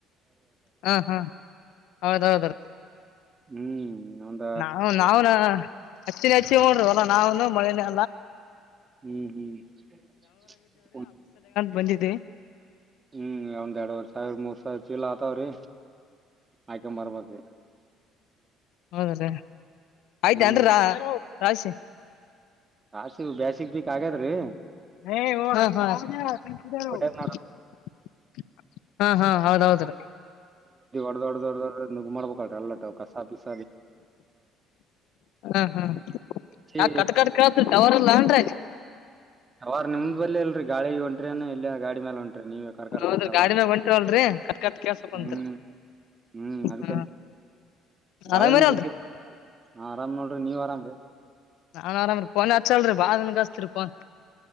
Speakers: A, on the left; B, on the right.
A: ಹಾ ಹಾ ಹೌದ ಹೌದು ರೀ.
B: ಹ್ಮ್ ಒಂದ
A: ನಾವು ನಾವು <unintelligible> ನಾವುನು ಮಳೆ <inaudible>
B: <unintelligible>
A: ಬಂದಿದ್ದೆ.
B: ಹ್ಮ್ ಒಂದ ಎರಡುವರ್ ಸಾವಿರ ಮೂರ್ ಸಾವಿರ ಚೀಲ ಆತಾವ್ರೀ. ಆಯ್ಕಂಬರ್ಬೇಕ್.
A: ಹೌದ್ರೀ ಆಯ್ತ
B: ಹ್ಮ್
A: ಅನ್ರಾ. ರಾಯ್ಸಿ.
B: ಆರ್ ಸಿವು ಬ್ಯಾಸಿಗ್ ಬಿಕ್ ಆಗ್ಯಾದ್ರೀ?
A: ಏ <unintelligible>
B: ಒಳ್ಳ
A: ಹಾ ಹಾ ಹೌದೌದ್ರೀ
B: ದೊಡ್ ದೊಡ್ಡೊಡ್ಡ ಮಾಡಬೇಕಾತ್ ಎಲ್ಲ ಕಸ ಬೀಸ್-
A: ಹಾ ಹಾ
B: ಹಚ್ಚಿ
A: ಯಾಕ್ ಕಟ್ ಕಟ್ ಕೇಳುತ್ ಟವರ್ ಇಲ್ ಏನ್ರೀ.
B: ಟವಾರ ನಿಮ್ದ್ ಬಲ್ಲಿ ಇಲ್ರರಿ ಗಾಳಿ <unintelligible> <unintelligible> ಇಲ್ಲಿ ಗಾಡಿ ಮೇಲೆ ಹೊಂಟ್. ನೀವ ಕರ್ಕರ್
A: ಹೌದ್ರಿ
B: ಕರ್ಕ ಎಲ್ಲ
A: ಗಾಡಿನಾಗ ಹೊಂಟಿವಲ್ರಿ ಕಟ್ ಕಟ್ ಕೇಳ್ಸ ಕುಂತ್ರಿ
B: ಹ್ಮ್ ಹ್ಮ್ ಅದಕ್ಕೆಂತ್
A: ಹಾ
B: ಗಾಳಿ
A: ಆರಾಮಿರಿ
B: <unintelligible>
A: ಅಲ್ರಿ
B: ಆರಾಮ್ ನೋಡ್ರಿ ನೀವ್ ಅರಾಮ್ರಿ.
A: ನಾನ್ ಆರಾಮ ರೀ ಪೋನ್ ಹಚ್ಚಲ್ರಿ ಬಾಳ್ ದಿನಕ್ ಅತಿರ್ರಿ ಫೋನ್.